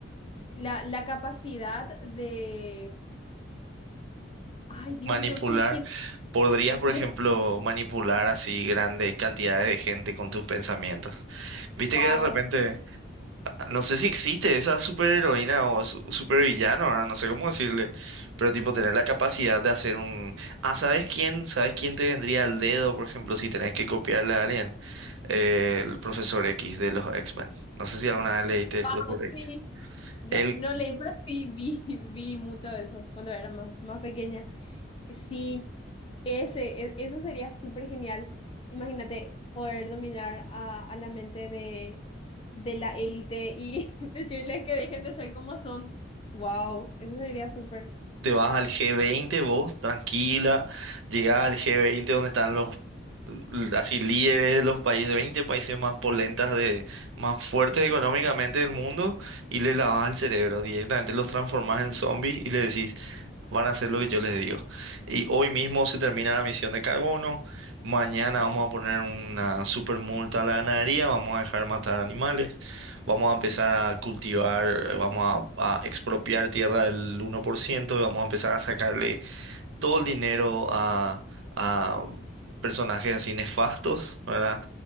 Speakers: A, on the left; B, on the right.
A: la, la capacidad de... Ay, Dios
B: Manipular.
A: mío, que, que,
B: Podrías, por
A: no
B: ejemplo,
A: sé,
B: manipular así grandes cantidades de gente con tus pensamientos. Viste
A: wow,
B: que de repente, no sé si existe esa superheroína o su- supervillano, ahora no sé cómo decirle, pero tipo tener la capacidad de hacer un... Ah, ¿sabes quién? ¿Sabes quién te vendría al dedo, por ejemplo, si tenés que copiarle a alguien? Eh, el profesor X de los X-Men. No sé si alguna vez leíste el
A: wow,
B: profesor X.
A: sí, no,
B: Él...
A: no leí, pero sí vi, <laughs> vi mucho eso cuando era más, más pequeña. Sí, ese, e- eso sería súper genial. Imagínate poder dominar a, a la mente de, de la élite y <laughs> decirles que dejen de ser como son. Wow, eso sería súper.
B: te vas al G20 vos, tranquila, llegás al G20 donde están los l- así líderes de los países, 20 países más polentas de, más fuertes económicamente del mundo, y le lavas el cerebro, directamente los transformas en zombies y le decís, van a hacer lo que yo les digo. Y hoy mismo se termina la misión de carbono, mañana vamos a poner una super multa a la ganadería, vamos a dejar matar animales vamos a empezar a cultivar, eh, vamos a, a expropiar tierra del 1% y vamos a empezar a sacarle todo el dinero a, a personajes así nefastos, ¿verdad?